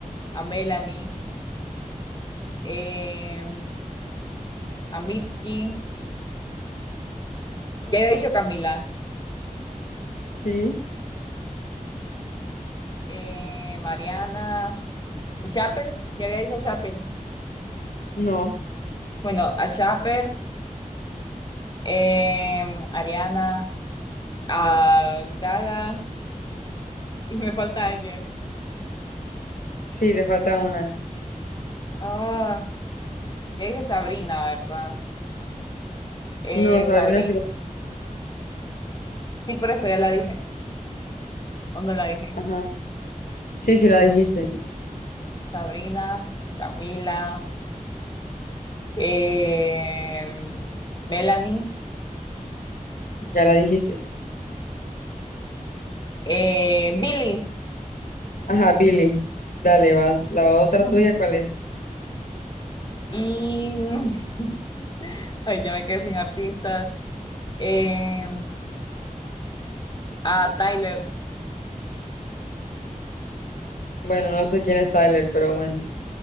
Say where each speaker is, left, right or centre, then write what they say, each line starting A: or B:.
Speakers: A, on the left; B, on the left.
A: a Melanie, eh, a Mitski, ya he dicho Camila,
B: ¿Sí?
A: eh, Mariana, Chappell, ya había dicho Chappell.
B: No.
A: Bueno, a Chappell, eh, Ariana, a Gaga, <laughs> y me falta alguien.
B: Sí, te falta una.
A: Ah, ya dije Sabrina, ¿verdad? Eh,
B: No, Sabrina
A: Sabrina.
B: sí la...
A: Sí, por eso ya la dije. ¿O no la dije?
B: Ajá. Sí, sí la
A: No.
B: dijiste.
A: Sabrina, Camila, eh, Melanie,
B: Ya la dijiste.
A: eh, Billie.
B: Ajá, Billy. Dale, vas. La otra
A: <laughs>
B: tuya, ¿cuál es?
A: Y. <laughs> Ay, ya me quedé sin artistas. Eh, a Tyler.
B: Bueno, no sé quién es Tyler, pero bueno.